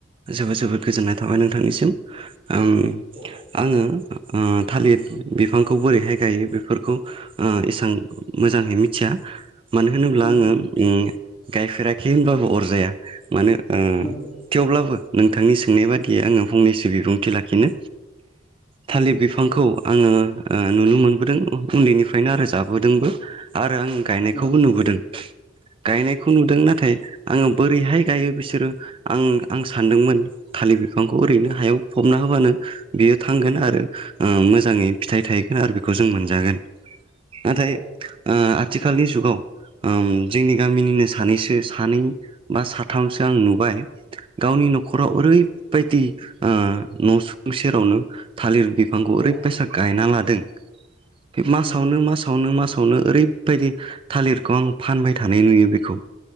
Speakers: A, on the right; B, on the left.
A: जोबोद जोबोद गोजोननाय थाबाय नोंथांनिसिम। आं
B: औ
A: आङो ओ थालिर बिफांखौ बोरैहाय गायो बेफोरखौ ओ एसां मोजाङैहाय मिथिया। मानो होनोब्ला
B: नंगौ
A: आङो उम गायफेराखै होनब्लाबो अरजाया मानो ओ
B: नंगौ नंगौ
A: थेवब्लाबो नोंथांनि सोंनाय बादियै आङो फंनैसो बिबुंथि लाखिनो थालिर
B: नंगौ
A: बिफांखौ आङो ओ नुनो मोनबोदों उन्दैनिफ्रायनो आरो जाबोदोंबो आरो आरो आं गायनायखौबो
B: नंगौ
A: नुबोदों गायनायखौ
B: नंगौ
A: नुदों नाथाय आङो बोरैहाय गायो बिसोरो आं आं सान्दोंमोन थालिर बिफांखौ ओरैनो हायाव फबना होबानो बियो थांगोन आरो मोजाङै ओ फिथाइ थायगोन आरो बेखौ जों मोनजागोन। नाथाय
B: औ
A: ओ आथिखालनि जुगाव जोंनि गामिनिनो सानैसो सानै बा साथामसो आं नुबाय गावनि न'खराव
B: औ
A: ओरैबायदि न'सुं सेरावनो थालिर बिफांखौ
B: औ
A: ओरैबायसा गायना ला दों बे मासावनो
B: नंगौ
A: मासावनो मा साववनो ओरैबायदि थालिरखौ आं फानबाय थानाय नुयो बेखौ